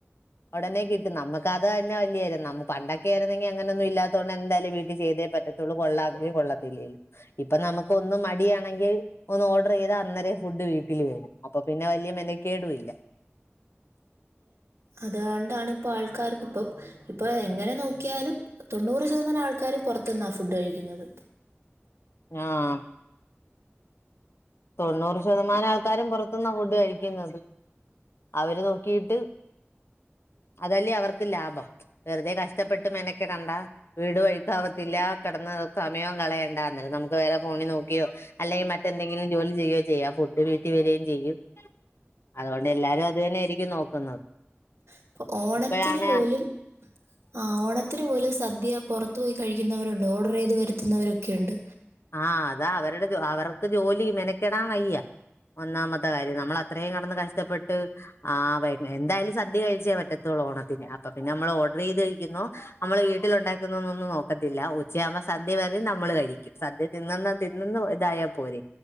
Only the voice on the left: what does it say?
ഒടനെ കിട്ടും നമ്മക്ക അത് തന്നെ വല്യാര്യം നമു പണ്ടൊക്കെയിരുന്നെങ്കി അങ്ങനൊന്നും ഇല്ലാത്തോണ്ട് എന്തായാലും വീട്ടിചെയ്തേ പറ്റത്തുള്ളൂ കൊള്ളവെങ്കിലും കൊള്ള <unintelligible> ഇപ്പ നമുക്ക് ഒന്ന് മടിയാണെങ്കിൽ ഒന്ന് ഓഡറ് ചെയ്താ അന്നേരെ ഫുഡ് വീ ട്ടിൽ വരും അപ്പൊ പിന്നെ വല്യ മെനകേടുംല്ല
ആഹ് തൊണ്ണൂറ് ശതമാനം ആൾക്കാരും പൊറത്ത്ന്നാ ഫുഡ് കഴിക്കുന്നത് അവര് നോക്കീട്ട് അതല്ലേ അവർക്ക് ലാഭം വെറുതെ കഷ്ടപ്പെട്ട് മെനക്കെടണ്ട വീട് ഒഴുക്കാ വത്തില്ല കെടന്ന <unintelligible> സമയോം കളയണ്ട അന്നേരം നമുക്ക് വേറെ ഫോണിൽ നോക്കിയോ അല്ലെങ്കിൽ മറ്റെന്തെങ്കി എങ്കിലും ജോലി ചെയോ ചെയ്യ ഫുഡ് വീട്ടി വര്യയും ചെയ്യും അതുകൊണ്ട് എല്ലാരും അത് തന്നെ ആയിരിക്കും നോക്കുന്നത്
ഇപ്പോഴാണ്
ആഹ് അതാ അവരുടെ ജോ അവർക്ക് ജോലി മെനക്കെടാം വയ്യ ഒന്നാമത്തെ കാര്യം നമ്മളത്രേയും കെടന്ന് കഷ്ടപ്പെട്ട് ആ പ എന്തായാലും സദ്യ കഴിച്ച പറ്റത്തുള്ളൂ ഓണത്തിന് അപ്പൊ പിന്നെ നമ്മളോഡറൈയ്ത് <unintelligible> നമ്മള് വീട്ടിലു ണ്ടാക്കുന്നൊന്നും നോക്കത്തില്ല ഉച്ചയാവുമ്പോൾ സദ്യ വരും നമ്മള് കഴിക്കും സദ്യ തിന്നന്ന തിന്നന്ന ഉ ഇതായാ പോരെ